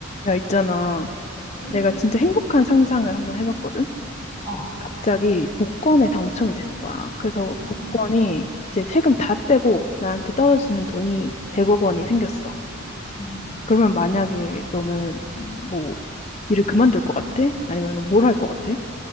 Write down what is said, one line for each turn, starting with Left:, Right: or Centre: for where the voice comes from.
Left: 야, 있잖아.
Right: 응,
Left: 내가 진짜 행복한 상상을 한번 해봤거든?
Right: 어.
Left: 갑자기 복권에 당첨이 되는 거야. 그래서
Right: 응,
Left: 복권이 이제 세금 다 떼고 나한테 떨어지는 돈이 100억 원이 생겼어.
Right: 응,
Left: 그러면 만약에 너는 뭐 일을 그만둘 것 같아? 아니면 뭘 할 것 같아?